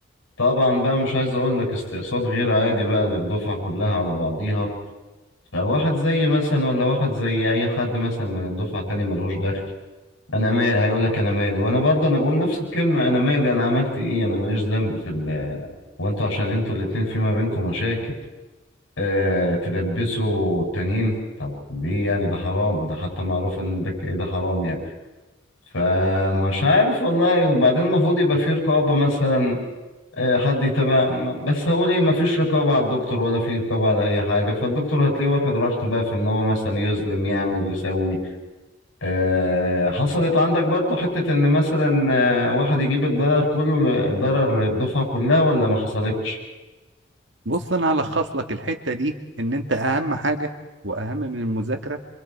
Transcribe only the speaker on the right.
بص انا هلخص لك الحتة دي ان انت اهم حاجة واهم من المذاكرة